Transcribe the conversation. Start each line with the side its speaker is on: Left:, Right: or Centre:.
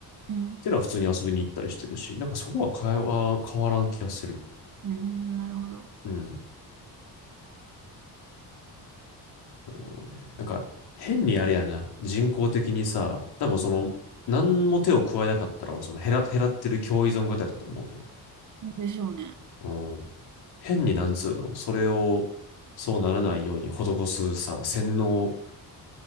Right: うん。
Left: っていうのは普通に遊びに行ったりしてるし、なんかそこは会話変わらん気がする。
Right: うん、なるほど。
Left: うん。なるほどね。なんか変にあれやな、人工的にさ、多分その、何も手を加えなかったら俺その減ら減らってる共依存型だと思うのよ。
Right: でしょうね。
Left: うん。変になんつうの、それをそうならないように施すさ、洗脳、